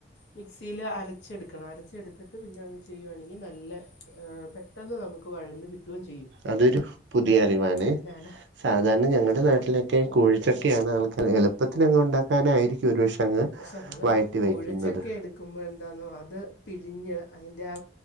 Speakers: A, on the left; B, on the right.
A: മിക്സിയിൽ അരച്ചെടുക്കണം അരച്ചെടുത്തിട്ട് പിന്നെ അങ്ങ് ചെയ്യുയാണെങ്കിൽ നല്ല പെ പെട്ടെന്ന് നമുക്ക് വഴന്ന് കിട്ടുകയും ചെയ്യും
B: അതൊരു പുതിയ അറിവാണ്
A: അപ്പം ഞാൻ
B: സാധാരണ ഞങ്ങളുടെ
A: ആ
B: നാട്ടിലൊക്കെ- കൂഴചക്കെയാണ് ആൾക്ക് എളുപ്പത്തിനങ്ങ് ഉണ്ടാക്കാന ആയിരിക്കും ഒരു പക്ഷേ അങ്ങ്-
A: പക്ഷെ നമ്മള്
B: വഴറ്റി
A: കൂഴച്ചക്കെ
B: വെക്കുന്നത്
A: എടു എക്കുമ്പോഴ എന്താണോ അത് പിഴിഞ്ഞ് അതിൻ്റെ ആ